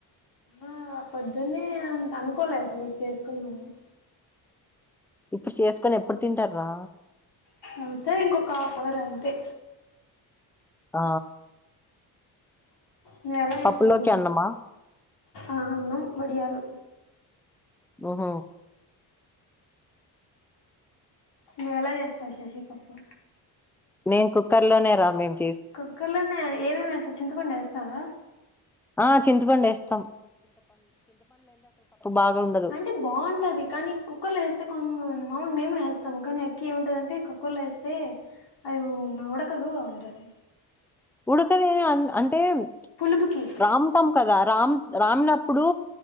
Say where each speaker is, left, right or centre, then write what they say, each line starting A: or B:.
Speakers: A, on the left; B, in the centre.
A: ఆ పొద్దునే అనుకోలే అసలు నీ చేసుకున్నామని
B: ఇప్పుడు చేసుకొని ఎప్పుడు తింటార్రా
A: అవుతది ఇంకొక హాఫ్ అవర్ అంతే
B: ఆ
A: నువు ఎలా చేస్తావు
B: పప్పులోకి అన్నమా
A: అన్నం వడియాలు
B: మ్మ్
A: నువ్వెలా చేస్తావ్ శశి పప్పు
B: నే కుక్కర్ లోనే రా మేమ్
A: కుక్కర్లోనే ఏమేమి వేస్తావ్ చింతపండు వేస్తావా
B: ఆ చింతపండేస్తాం బాగా ఉండదు
A: అంటే బావుంటది కానీ కుక్కర్లో వేస్తే కమ్ గ్ మాముల్ మేము గూడా వేస్తామ్ తమ్ ముఖాన్ని అక్కి ఏముంటదంటే కుక్కర్ర్లో ఏస్తే అది ఉడకదు అంటది
B: ఉడుకదెవ్ అని అంట్ టే మ్
A: పులుపుకి
B: రామ్ టమ్ కదా రామ్ రామినప్పుడు